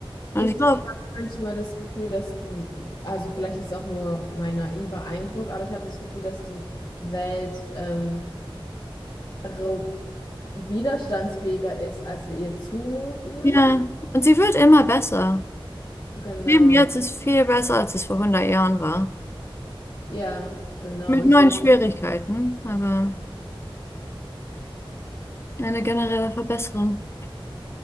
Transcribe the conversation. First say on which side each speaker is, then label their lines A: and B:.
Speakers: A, on the left; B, on the left.
A: Und
B: Ich
A: ich glaube,
B: habe manchmal das Gefühl, dass die, also vielleicht ist es auch nur mein naiver Eindruck, aber ich habe das Gefühl, dass die Welt ähm, ro- widerstandsfähiger ist, als wir ihr zumuten.
A: ja, und sie wird immer besser.
B: Genau,
A: Leben jetzt ist viel besser, als es vor 100 Jahren war.
B: ja, genau.
A: Mit
B: Und
A: neuen
B: ich denke,
A: Schwierigkeiten, aber eine generelle Verbesserung.